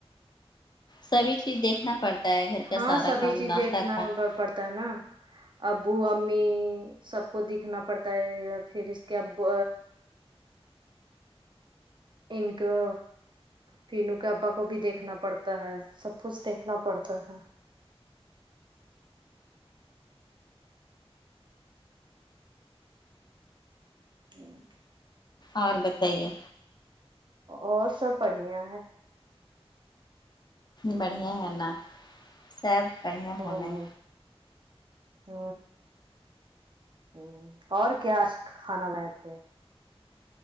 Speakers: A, on the left; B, on the right.
A: سبھی چیز دیکھنا پڑتا ہے گھر کا
B: ہاں
A: سارا
B: سبھی
A: کام
B: چیز
A: ناشتہ
B: دیکھنا
A: کھانا
B: پڑتا ہے نا ابو امی سب کو دیکھنا پڑتا ہے پھر اس کے ابو انکو پینو کے ابا کو بھی دیکھنا پڑتا ہے سب کچھ دیکھنا پڑتا ہے ہوں
A: اور بتائیے
B: اور سب بڑھیا ہے
A: بڑھیا ہے نا سب بڑھیا
B: ہ
A: ہونا ہے
B: ہ ہ اور کیا کھانا بنائے تھے